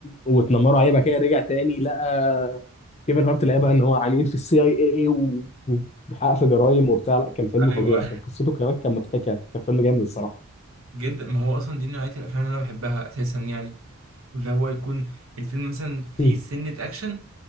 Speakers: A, on the left; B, on the right.
A: واتنمروا عليه بقى كده رجع تاني لقى كيفن هارت لقى بقى ان هو عميل في السي اي اي وبيحقق في جرايم وبتاع لا كان فيلم
B: ايوه
A: فظيع كان قصته كمان كان مضحكه كان فيلم جامد الصراحه
B: جدا ما هو اصلا دي نوعيه الافلام اللي انا بحبها اساسا يعني اللي هو يكون الفيلم مثلا فيه
A: <clears throat>
B: سنه اكشن